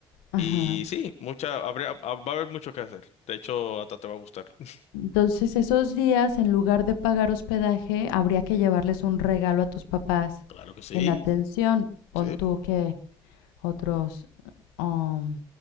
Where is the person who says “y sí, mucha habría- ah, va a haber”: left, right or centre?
Left